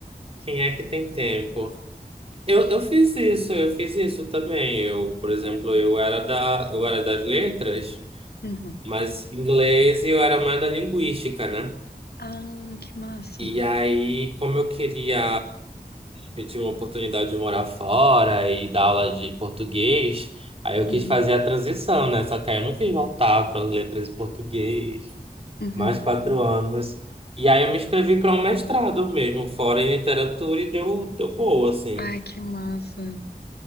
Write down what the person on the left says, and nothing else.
É.
Uhum.
Ah, que massa.
Uhum.
Uhum.
Ai, que massa.